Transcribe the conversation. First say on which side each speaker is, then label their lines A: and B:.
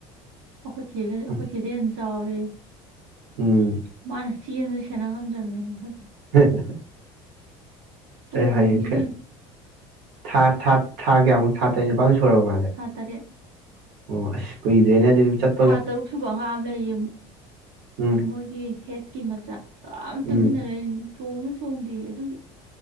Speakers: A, on the right; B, on the right.
A: ꯑꯩꯈꯣꯏ ꯆꯦꯒ ꯑꯩꯈꯣꯏ
B: ꯎꯝ
A: ꯆꯦꯗꯩꯩ ꯍꯦꯟꯅ ꯆꯥꯎꯔꯦ
B: ꯎꯝ
A: ꯃꯥꯅ꯫ ꯁꯤꯖꯤꯁꯨ ꯁꯅꯥ ꯀꯥꯡꯒꯝꯖꯅ
B: <inaudible>
A: ꯇꯣꯡꯈꯤꯗꯣꯏꯅꯤ
B: ꯑꯦ ꯍꯌꯦꯡꯈꯦ ꯊꯥ ꯊꯥꯠ ꯊꯥ ꯀꯦꯃ ꯊ ꯇꯅꯤ ꯁꯨꯔꯕꯣ ꯃꯥꯁꯦ ꯑꯣ
A: ꯊꯥ ꯇꯔꯦꯠ
B: ꯑꯁ ꯀꯨꯏꯗ꯭ꯔꯦꯅꯦ ꯑꯗꯨꯗꯤ ꯆꯠ
A: ꯊꯥ ꯇꯔꯨꯛ ꯁꯨꯕ ꯑꯉꯥꯡ ꯑꯃ ꯂꯩꯌꯦ
B: ꯎꯝ
A: ꯃꯣꯏꯒꯤ ꯍꯦꯠꯀꯤ ꯃꯆꯥ ꯌꯥꯝ ꯇꯨꯃꯤꯟꯅ
B: ꯎꯝ
A: ꯂꯩ ꯆꯣ ꯆꯣꯡꯁꯨ ꯆꯣꯡꯗꯦ ꯑꯗꯨꯒꯤ꯫